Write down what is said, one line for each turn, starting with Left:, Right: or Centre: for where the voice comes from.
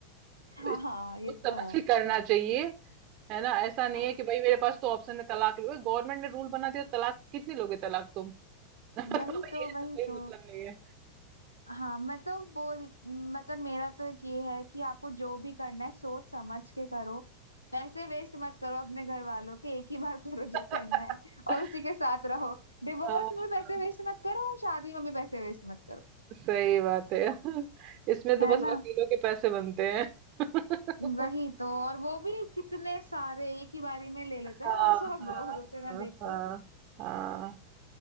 Right: तो
Left: हाँ
Right: इस
Left: हाँ
Right: सोच
Left: ये तो
Right: समझ
Left: है
Right: के करना चाहिए है ना ऐसा नहीं
Left: हाँ
Right: है कि भाई मेरे पास तो ऑप्शन है तलाक लो गवर्नमेंट ने रूल बना दिया तलाक कितने लोगे तलाक तुम <laughs> मतलब
Left: वही तो
Right: ये
Left: वही
Right: तो कोई
Left: तो
Right: मतलब नहीं है
Left: हाँ मैं तो बोल मतलब मेरा तो एक ये है कि आपको जो भी करना है सोच समझ के करो पैसे वेस्ट मत करो अपने घर वालों के एक ही बार करो जो
Right: <laughs>
Left: करना है और उसी के साथ रहो डिवोर्स
Right: हाँ,
Left: में पैसे
Right: हाँ,
Left: वेस्ट मत करो और शादी में भी पैसे वेस्ट मत करो
Right: सही बात है <laughs> इसमें तो
Left: है
Right: बस
Left: ना
Right: वकीलों के पैसे बनते हैं <laughs>
Left: वही तो और वो भी कितने सारे एक ही बारी में ले लेते
Right: हाँ
Left: हैं और सब
Right: हाँ
Left: होते ना
Right: हाँ
Left: देख
Right: हाँ
Left: रहे हैं
Right: हाँ।